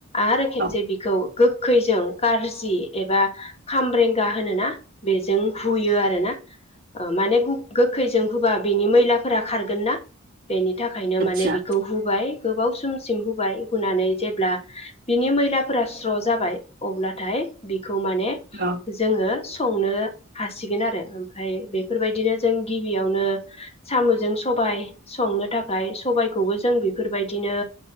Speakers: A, on the left; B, on the right.
A: आरो खेबसे
B: औ
A: बिखौ गोखखैजों कारजि एबा खामरेंगा होनो ना बेजों हुयो आरो ना माने गोखैजों हुबा बेनि मैलाफोरा खारगोन ना बेनि थाखायनो
B: आदसा
A: माने बिखौ हुबाय गोबाव समसिम हुबाय हुनानै जेब्ला बिनि मैलाफोरा स्र' जाबाय अब्लाथाय बिखौ माने
B: औ
A: जोङो संनो हासिगोन आरो ओमफाय बेफोरबायदिनो जों गिबियावनो सामुजों सबाय संनो थाखाय सबायखौबो जों बेफोरबायदिनो